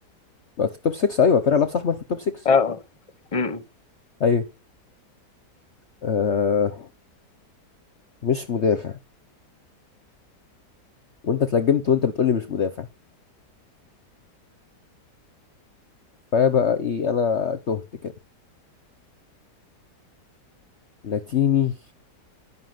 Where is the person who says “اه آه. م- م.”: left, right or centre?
Left